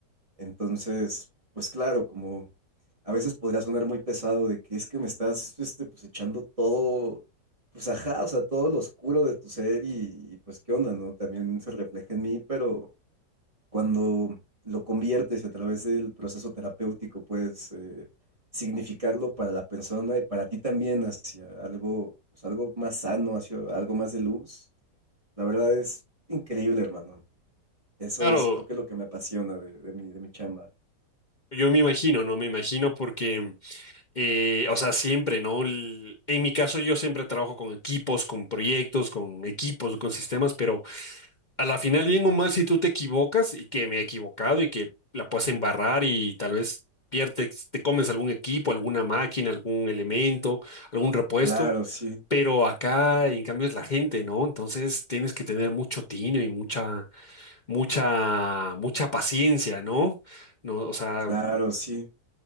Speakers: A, on the right (about 20°); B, on the left (about 40°).
A: Entonces, pues claro, como a veces podría sonar muy pesado de que es que me estás este, pues echando todo, pues ajá, o sea, todo lo oscuro de tu ser y, y, pues qué onda, ¿no? También se refleja en mí, pero cuando lo conviertes y a través del proceso terapéutico puedes eh, significarlo para la persona y para ti también hacia algo, pues algo más sano, hacia algo más de luz la verdad es increíble, hermano. Eso
B: Claro,
A: es creo que lo que me apasiona de, de mi, de mi chamba.
B: yo me imagino, ¿no? Me imagino porque, eh, o sea, siempre, ¿no? El- en mi caso, yo siempre trabajo con equipos, con proyectos, con equipos, con sistemas, pero a la final, bien o mal, si tú te equivocas y que me he equivocado y que la puedes embarrar y tal vez pierdes, te comes algún equipo, alguna máquina, algún elemento, algún repuesto,
A: Claro, sí,
B: pero acá en cambio es la gente, ¿no? Entonces tienes que tener mucho tino y mucha, mucha, mucha paciencia, ¿no? No, o sea,
A: claro, sí.